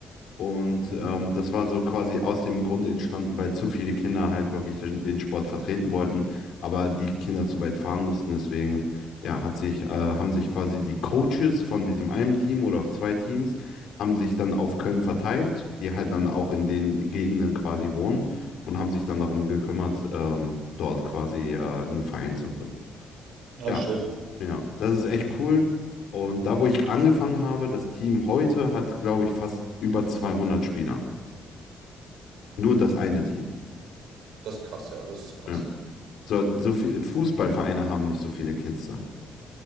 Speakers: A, on the left; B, on the right.
A: Und
B: Mhm.
A: ähm, das war so quasi aus dem Grund entstanden, weil zu viele Kinder halt wirklich den Sport vertreten wollten, aber die Kinder zu weit fahren mussten. Deswegen, ja, hat sich, äh, haben sich quasi die Coaches von diesem einen Team oder auf zwei Teams, haben sich dann auf Köln verteilt, die halt dann auch in den Gegenden quasi wohnen und haben sich dann darum gekümmert, ähm, dort quasi äh, einen Verein zu gründen.
B: Ja,
A: Ja,
B: schön.
A: ja, das ist echt cool. Und da, wo ich angefangen habe, das Team heute hat, glaube ich, fast über 200 Spieler. Nur das eine Team.
B: Das ist krass, ja, das ist krass.
A: Ja. So, so viele Fußballvereine haben nicht so viele Kids da.